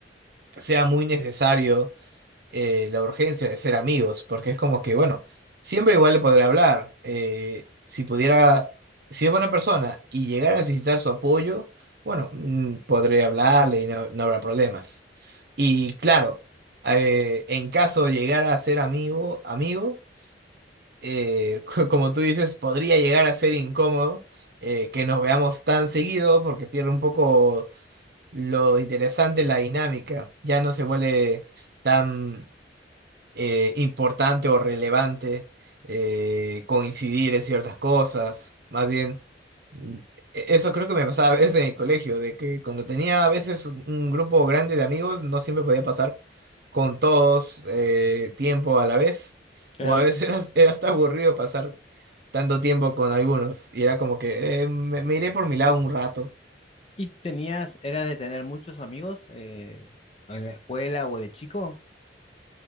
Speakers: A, on the right; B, on the left.
A: sea muy necesario eh, la urgencia de ser amigos, porque es como que, bueno, siempre igual le podré hablar. eh, si pudiera, si es buena persona y llegar a necesitar su apoyo, bueno, mm, podré hablarle y no, no habrá problemas. Y claro, eh, en caso de llegar a ser amigo, amigo, eh, <laughs> co- como tú dices, podría llegar a ser incómodo. eh, que nos veamos tan seguido porque pierde un poco lo interesante la dinámica, ya no se vuelve tan eh, importante o relevante eh, coincidir en ciertas cosas. Más bien, mm, e- eso creo que me pasaba a veces en el colegio, de que cuando tenía a veces un un grupo grande de amigos, no siempre podía pasar con todos eh, tiempo a la vez,
B: Claro.
A: o a veces <laughs> era, era hasta aburrido pasar tanto tiempo con algunos, y era como que eh, me, me iré por mi lado un rato.
B: y tenías, eras de tener muchos amigos eh, en la escuela o de chico.